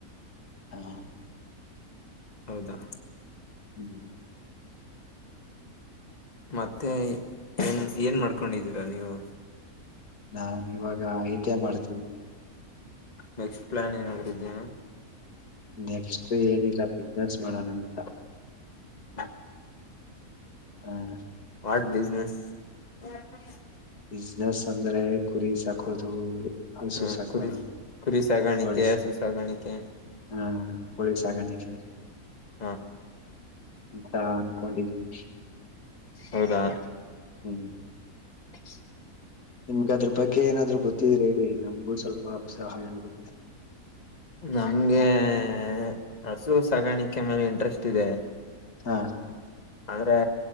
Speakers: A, on the left (about 75°); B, on the left (about 30°).
A: ಹಾ
B: ಹೌದಾ
A: ಹ್ಮ್
B: ಮತ್ತೆ ಏನ್ ಏನ್ ಮಾಡ್ಕೊಂಡಿದ್ದೀರಾ ನೀವು
A: ನಾನ್ ಇವಾಗ ಐ ಟಿ ಐ ಮಾಡ್ತಿದ್ದೀನಿ
B: ನೆಕ್ಸ್ಟ್ ಪ್ಲಾನ್ ಏನಾದ್ರು ಇದಿಯಾ
A: ನೆಕ್ಸ್ಟ್ ಏನಿಲ್ಲ ಬಿಸ್ನೆಸ್
B: <inaudible>
A: ಮಾಡೋಣ ಅಂತ ಹ
B: ವಾಟ್ ಬಿಸ್ ನಸ್ <unintelligible>
A: ಬಿಸ್ನೆಸ್ ಅಂದ್ರೆ ಕುರಿ ಸಾಕು ಕೊದು ಹಸು
B: ಹ್ಮ
A: ಸಾಕೋದು,
B: ಕುರಿ ಕುರಿ ಸಾಗಾಣಿಕೆ
A: ಕೋಳಿ
B: ಹಸು ಸಾಗಾಣಿಕೆ
A: ಹಾ ಕೋಳಿ ಸಾಕಾಣಿಕೆ
B: ಹ
A: ಅಂತ ಅನ್ಕೊಂಡಿದ್ದೀವಿ
B: ಹೌದಾ
A: ಹ್ಮ್
B: <inaudible>
A: ನಿಮ್ಗ್ ಅದ್ರು ಬಗ್ಗೆ ಏನಾದ್ರು- ಗೊತ್ತಿದ್ರೆ ಹೇಳಿ ನಮ್ಗೂ ಸ್ವಲ್ಪ ಸಹಾಯ ಆಗುತ್ತೆ
B: ನಮ್ಗೆ ಹೇ ಹಸು <unintelligible> ಸಾಗಾಣಿಕೆ ಮೇಲೆ ಇಂಟ್ರೆಸ್ಟ್ ಇದೆ
A: ಹಾ
B: ಆದ್ರೆ